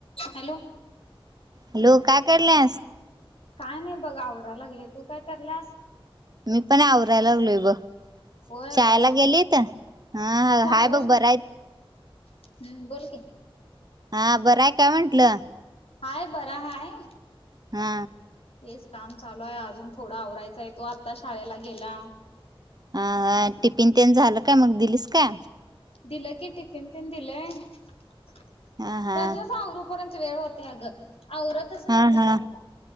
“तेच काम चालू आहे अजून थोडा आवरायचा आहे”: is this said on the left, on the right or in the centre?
Left